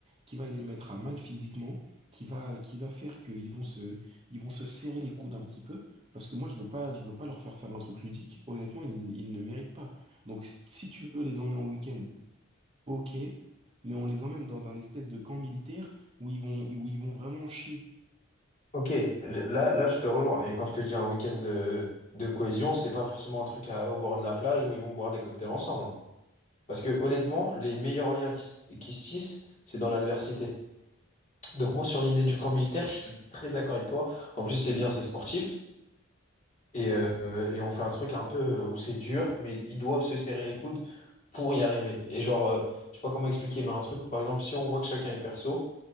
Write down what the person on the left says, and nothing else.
Ok, je- là, là je te rejoins. Et quand je te dis un week-end de, de cohésion, c'est pas forcément un truc à- au bord de la plage où ils vont boire des cocktails ensemble. hein. Parce que honnêtement, les meilleurs liens qui, se- qui se tissent, c'est dans l'adversité. Donc moi sur l'idée du camp militaire, je suis très d'accord avec toi. En plus c'est bien, c'est sportif. Et,
euh, et on fait un truc un peu euh, où c'est dur, mais ils doivent se serrer les coudes pour y arriver. Et genre, euh, je sais pas comment expliquer, mais un truc où par exemple, si on voit que chacun est perso,